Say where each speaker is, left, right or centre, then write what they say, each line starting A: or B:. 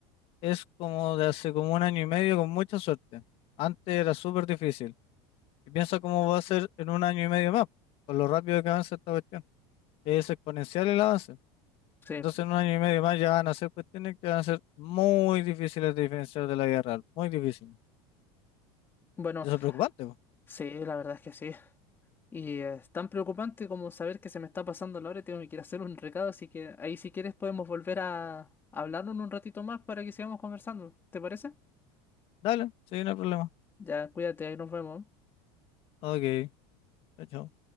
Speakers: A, on the left; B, on the left.
A: es como de hace como un año y medio con mucha suerte. Antes era súper difícil. Y piensa cómo va a ser en un año y medio más, con lo rápido que avanza esta cuestión. que Es exponencial el avance.
B: Sí,
A: Entonces en un año y medio más ya van a ser cuestiones que van a ser muy difíciles de diferenciar de la vida real, muy difíciles.
B: bueno,
A: Y eso es preocupante, pues.
B: sí, la verdad es que sí. Y eh, es tan preocupante como saber que se me está pasando la hora y tengo que ir a hacer un recado, así que ahí si quieres podemos volver a hablarnos un ratito más para que sigamos conversando. ¿Te parece?
A: Dale, sí, no hay problema.
B: Ya, cuídate, ahí nos vemos.
A: Ok, chao. chao.